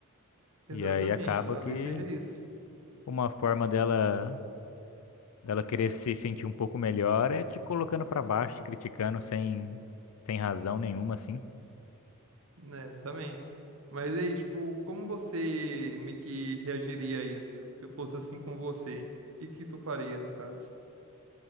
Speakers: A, on the right (about 65°); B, on the left (about 80°).
A: Exatamente,
B: e aí acaba
A: talvez
B: que
A: seja isso,
B: uma forma dela dela querer se sentir um pouco melhor é te colocando pra baixo, te criticando sem, sem razão nenhuma, assim.
A: né? Também. Mas aí, tipo, como você meio que reagiria a isso? Se fosse assim com você, o que que tu faria no caso?